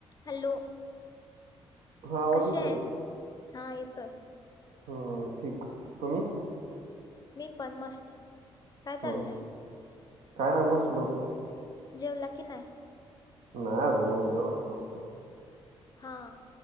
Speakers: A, on the left (about 35°); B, on the right (about 80°).
A: Hello
B: हा आवाज
A: कशी
B: येतोय
A: आहे हा येतोय.
B: हा ठीक अ
A: मी पण मस्त काय चाललंय.
B: हम्म काय ना बसलो होतो
A: जेवला की नाय
B: नाय अजुन एवढ्या लवकर कुठ
A: हा